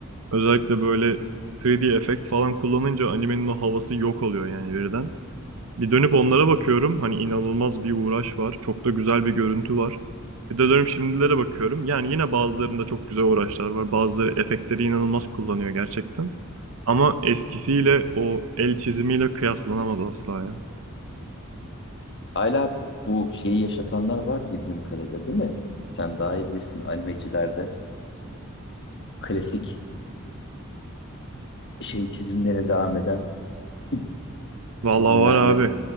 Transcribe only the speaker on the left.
Hala bu şeyi yaşatanlar var bildiğim kadarıyla değil mi? Sen daha iyi bilirsin animecilerde klasik şey çizimlere devam eden <laughs>
çizimlerle